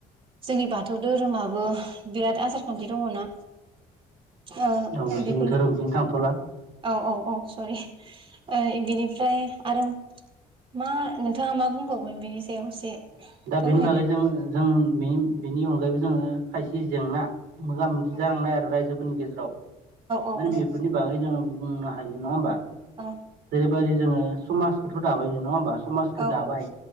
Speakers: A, on the right; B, on the right.
A: जोंनि बाथौ दोरोमाव बो बिराद आसार खान्थि दङ' ना ओह
B: औ जों
A: बेफोर
B: धोरोमथिं थांथ'ला
A: औ औ। औ सरि ओ इदिफ्राय आरो मा नोंथाङा मा बुंबावगोन बेनि सायाव एसे
B: दा
A: फोरमायदो
B: बेनि बागै जों जों बेनि बेनि अनगायैबो जोङो खायसे जेंना मोगा मोगि
A: औ
B: जानांनाय आरो रायजोफोरनि गेजेराव
A: औ
B: माने बेफोरनि बागै जोङो <unintelligible> बुंनो हायो नङा होमबा
A: औ
B: जेरैबायदि जोङो समाजखौथ' दाबायनो नङा होमबा? समाजखो
A: औ
B: दाबाय